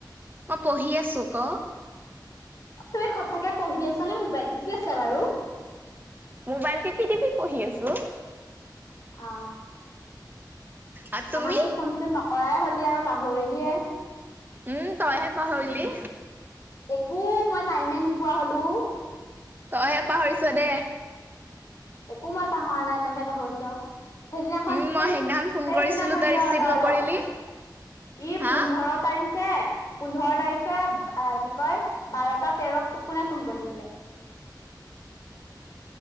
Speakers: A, on the right; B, on the left.
A: মই পঢ়ি আছো ক
B: তুমি সঁচাকে পঢ়ি আছা নে মোবাইল টিপি আছা বাৰু?
A: মোবাইল টিপি-টিপি পঢ়ি আছু।
B: অ,
A: আৰু তুমি
B: আমাটো ফোন-চোন নকৰাই হ'লি আৰু। পাহৰিলিয়ে।
A: উম, তইহে পাহৰিলি।
B: একো মই টাইমে নোপোৱা হ'লো।
A: তইয়ে, পাহৰিছ দে।
B: একো মই পাহৰা নাই, তইহে পাহৰিছ। সেইদিনাখন
A: উম মই
B: চোন,
A: সেইদিনাখন ফোন
B: সেইদিনাখন
A: কৰিছিলো তই
B: ৰ-ৰ-ৰ।
A: ৰিচিভ নকৰিলি
B: ই
A: হা
B: পোন্ধৰ তাৰি পোন্ধৰ তাৰিখে কি কয়, বাৰটা তেৰত তোক কোনে ফোন কৰিছিলে?
A: <inaudible>